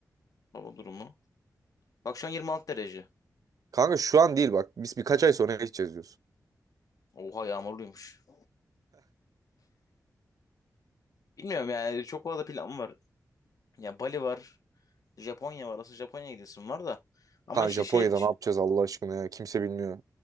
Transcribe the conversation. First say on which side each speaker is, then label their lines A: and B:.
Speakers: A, on the left (about 65°); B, on the right (about 65°).
A: Hava durumu. Bak şu an 26 derece.
B: Kanka şu an değil bak. Biz birkaç ay sonra gideceğiz diyoruz.
A: Oha yağmurluymuş. Bilmiyorum yani çok fazla planım var. Ya Bali var. Japonya var. Aslında Japonya'ya gidesim var da. Ama
B: Kanka
A: işte
B: Japonya'da
A: şey düş-
B: ne yapacağız Allah aşkına ya. Kimse bilmiyor.